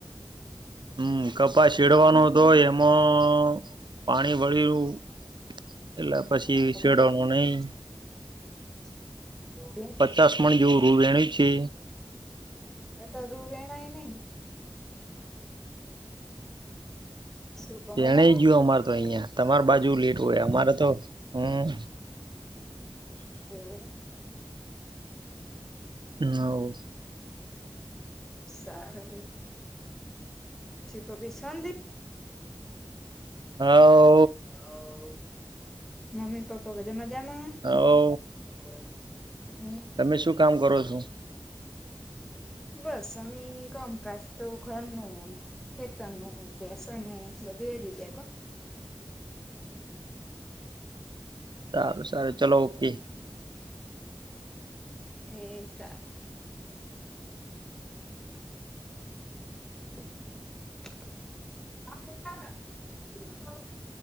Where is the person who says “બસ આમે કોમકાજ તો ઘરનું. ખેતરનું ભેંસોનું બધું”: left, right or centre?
Centre